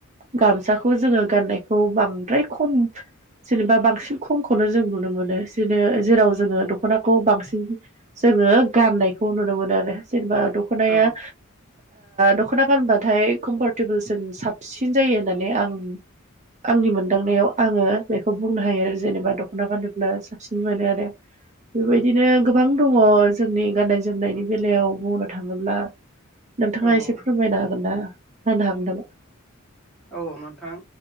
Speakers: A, on the right (about 35°); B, in the centre.
A: गामसाखौ जोङो गाननायखौ बांद्राय खम जेनेबा बांसिन खमखौनो जों नुनो मोनो जनो जेराव जोङो दख'नाखौ बांसिन जोङो गाननायखौ नुनो मोनो आरो जेनेबा दख'नाया
B: औ
A: दख'ना गानबाथाय कम्फरटेबोलसिम साबसिन जायो होननानै आं आंनि मोनदांनायाव आङो बेखौ बुंनो हायो आरो जेनेबा दना गानोब्ला साबसिन मोनो बेबायदिनो गोबां दङ जोंनि गाननाय जोमनायनि बेलायाव बुंनो थाङोब्ला नोंथाङा
B: औ
A: एसे फोरमायनो हागोन ना होनो हागोन नामा
B: औ नोंथां